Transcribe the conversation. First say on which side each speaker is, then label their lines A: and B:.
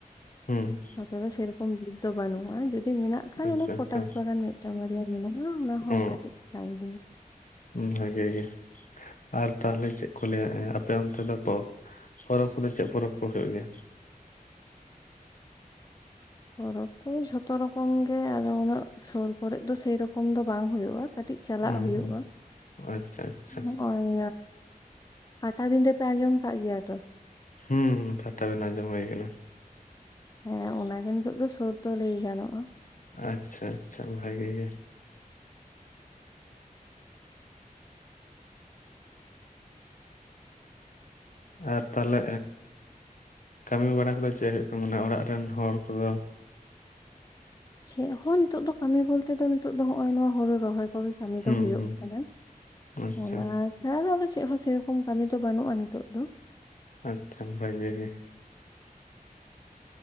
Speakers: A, on the left; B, on the left.
A: ᱦᱮᱸ,
B: ᱱᱚᱛᱮ ᱫᱚ ᱥᱮᱨᱚᱠᱚᱢ ᱫᱤᱠ ᱫᱚ ᱵᱟᱹᱱᱩᱜᱼᱟ, ᱡᱩᱫᱤ ᱢᱮᱱᱟᱜ ᱠᱷᱟᱱ
A: ᱟᱪᱪᱷᱟ
B: ᱚᱱᱟ ᱯᱚᱴᱟᱥ
A: ᱟᱪᱪᱷᱟ
B: ᱵᱟᱜᱟᱱ ᱢᱤᱫᱴᱟᱝ ᱢᱟᱨᱭᱟ ᱢᱮᱱᱟᱜᱼᱟ, ᱚᱱᱟ ᱦᱚᱸ
A: ᱚ
B: ᱠᱟᱹᱴᱤᱡ ᱢᱟᱨᱟᱝ
A: ᱵᱷᱟᱜᱮ ᱜᱮ, ᱟᱨ ᱛᱟᱦᱞᱮ ᱪᱮᱫ ᱠᱚ ᱞᱟᱹᱭᱟ ᱟᱯᱮ ᱚᱱᱛᱮ ᱫᱚ ᱯᱚᱨᱚᱵᱽ ᱠᱚᱫᱚ ᱪᱮᱫ ᱯᱚᱨᱚᱵᱽ ᱠᱚ ᱦᱩᱭᱩᱜ ᱜᱮᱭᱟ?
B: ᱯᱚᱨᱚᱵᱽ ᱠᱚ ᱡᱷᱚᱛᱚ ᱨᱚᱠᱚᱢ ᱜᱮ᱾ ᱩᱱᱟᱹᱜ ᱥᱩᱨ ᱠᱚᱨᱮ ᱫᱚ ᱥᱮᱨᱚᱠᱚᱢ ᱫᱚ ᱵᱟᱝ ᱦᱳᱭᱳᱜᱼᱟ᱾ ᱠᱟᱹᱴᱤᱡ ᱪᱟᱞᱟᱜ
A: ᱚ
B: ᱦᱩᱭᱩᱜᱼᱟ,
A: ᱟᱪᱪᱷᱟ ᱟᱪᱪᱷᱟ
B: ᱱᱚᱜᱼᱚᱭ ᱯᱟᱴᱟᱵᱤᱸᱫᱟᱹ ᱯᱮ ᱟᱸᱡᱚᱢᱟᱠᱟᱜ ᱜᱮᱭᱟ? ᱛᱚ
A: ᱦᱮᱸ, ᱯᱟᱛᱟ ᱵᱤᱰᱟᱹ ᱟᱸᱡᱚᱢ ᱦᱩᱭ ᱠᱟᱱᱟ᱾
B: ᱦᱮᱸ ᱚᱱᱟᱜᱮ ᱱᱤᱛᱚᱜ ᱫᱚ ᱥᱩᱨ ᱫᱚ ᱞᱟᱹᱭ ᱜᱟᱱᱚᱜᱼᱟ ᱾
A: ᱟᱪᱪᱷᱟ ᱟᱪᱪᱷᱟ ᱵᱷᱟᱜᱤ ᱜᱮ᱾ ᱟᱨ ᱛᱟᱦᱚᱞᱮ ᱠᱟᱹᱢᱤ ᱵᱟᱲᱟ ᱠᱚᱫᱚ ᱪᱮᱫ ᱦᱩᱭᱩᱜ ᱠᱟᱱᱟ? ᱚᱲᱟᱜ ᱨᱮᱱ ᱦᱚᱲ ᱠᱚᱫᱚ
B: ᱪᱮᱫ ᱦᱚᱸ ᱱᱤᱛᱚᱜ ᱫᱚ ᱠᱟᱹᱢᱤ ᱵᱚᱞᱛᱮ ᱫᱚ ᱱᱤᱛ ᱫᱚ ᱱᱚᱜᱼᱚᱭ ᱱᱚᱣᱟ ᱦᱩᱲᱩ ᱨᱚᱦᱚᱭ᱾ ᱚ ᱠᱚᱜᱮ ᱠᱟᱹᱢᱤ
A: ᱦᱩᱸ
B: ᱫᱚ ᱦᱩᱭᱩᱜ
A: ᱦᱩᱸ
B: ᱠᱟᱱᱟ,
A: ᱟᱪᱪᱷᱟ
B: ᱚᱱᱟ <unintelligible> ᱫᱚ ᱟᱫᱚ ᱪᱮᱫ ᱦᱚᱸ ᱥᱮᱨᱚᱠᱚᱢ ᱠᱟᱹᱢᱤ ᱫᱚ ᱵᱟᱹᱱᱩᱜᱼᱟ ᱱᱤᱛᱚᱜ ᱫᱚ ᱾
A: ᱟᱪᱪᱷᱟ ᱵᱷᱟᱜᱮ ᱜᱮ ᱾